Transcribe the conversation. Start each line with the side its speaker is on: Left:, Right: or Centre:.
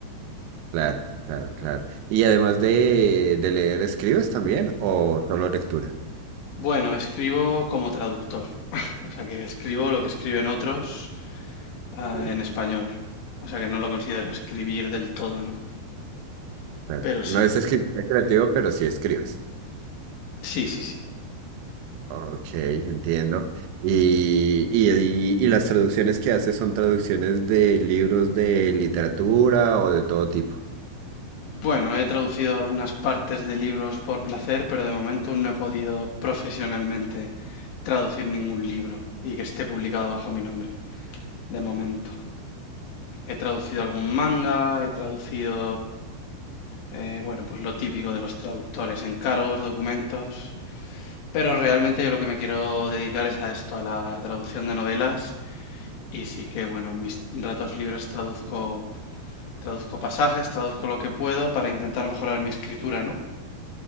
Right: Claro, claro, claro. Y además de, de leer, ¿escribes también o solo lectura?
Left: Bueno, escribo como traductor, <laughs> o sea que escribo lo que escriben otros ah,
Right: Sí.
Left: en español, o sea que no lo considero escribir del todo, ¿no?
Right: Ah,
Left: Pero
Right: No
Left: sí,
Right: es escritor creativo, pero sí escribes.
Left: sí, sí, sí.
Right: Ok, entiendo. Y, y, y- y las traducciones que haces son traducciones de libros de literatura o de todo tipo.
Left: Bueno, he traducido algunas partes de libros por placer, pero de momento no he podido profesionalmente traducir ningún libro y que esté publicado bajo mi nombre, de momento. He traducido algún manga, he traducido, eh, bueno, pues lo típico de los traductores, encargos, documentos. Pero realmente yo lo que me quiero dedicar es a esto, a la traducción de novelas. Y sí que, bueno, en mis ratos libres traduzco, traduzco pasajes, traduzco lo que puedo para intentar mejorar mi escritura, ¿no?